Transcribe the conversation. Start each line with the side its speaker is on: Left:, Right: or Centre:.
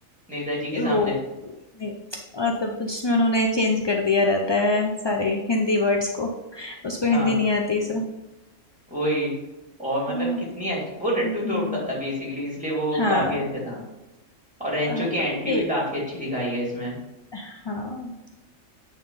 Centre: नेताजी के
Left: वो
Centre: सामने
Left: ने- मतलब जिसमें उन्होंने चेंज कर दिया रहता है सारे हिंदी वर्ड्स को उसको हिंदी
Centre: हाँ
Left: नहीं आती सो
Centre: वही और मतलब
Left: हाँ
Centre: कितनी अच्छी वो टट्टू
Left: हम्म,
Centre: तोड़ता था बेसिकली इसलिए वो
Left: हाँ
Centre: काफी अच्छा था और रेंचो
Left: अ,
Centre: की एंट्री
Left: मतलब पे
Centre: भी काफी अच्छी दिखाई है इसमें
Left: हाँ